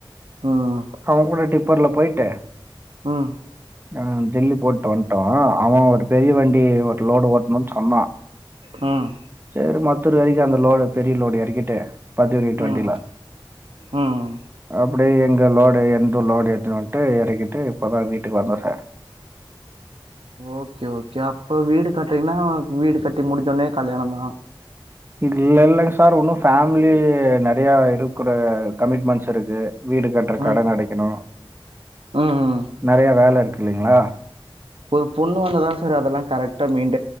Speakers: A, on the right; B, on the right.
A: ம்
B: அவ கூட டிப் பர்ல போய்ட்டு
A: ம்
B: ஆ ஜெல்லி போட்டு வந்ட்டோ அவ ஒரு பெரிய வண்டி ஒரு லோடு ஓட்ணுன் சொன்னா
A: ம்
B: செரி மத்தூரு வரைக்கு அந்த லோடு பெரிய லோடு எறக்கிட்டு பத்து யூனிட் வண்டில
A: ம் ம்
B: ஆ அப்டியே எங்க லோடு எந்து லோடு ஏத்துனுவன்ட்டு எறக்கிட் டு இப்பதா வீட்டுக்கு வந்தோ சார்
A: ஓகே ஓகே அப்ப வீடு கட்டுறீங்ன்னா வீடு கட்டி முடிஞ்சோனே கல்யாணந்தா
B: இல்ல இல்லைங்க சார் உன்னு ஃபேம்லி நெறையா இருக்குற கமிட்மெண்ட்ஸ் இருக்கு வீடு கட்ற
A: ம்
B: கடன அடைக்கணு
A: ம் ம்
B: நெறைய வேல இருக்கு இல்லைங்ளா
A: ஒரு பொண்ணு வந்தா தா சார் அதெல்லா கரெக்டா மெயின்ட்